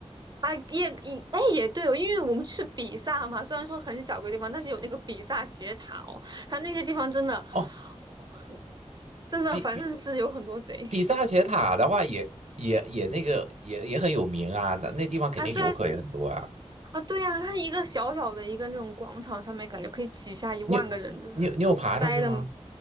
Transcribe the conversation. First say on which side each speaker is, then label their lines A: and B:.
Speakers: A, on the right; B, on the right.
A: 啊，也也哎也对哦，因为我们去比萨嘛，虽然说很小个地方，但是有那个比萨斜塔哦，它那些地方真的，呃
B: <laughs> 哦。
A: 真的反正是有很多贼
B: 比比比萨斜塔的话也，也也那个也也很有名啊，那那地方肯定游客也很多啊。
A: 啊。虽然是啊，对呀、它一个小小的一个那种广场上面，感觉可以挤下一万个人，
B: 你有
A: 就是
B: 你有你有爬上去吗？
A: 塞的。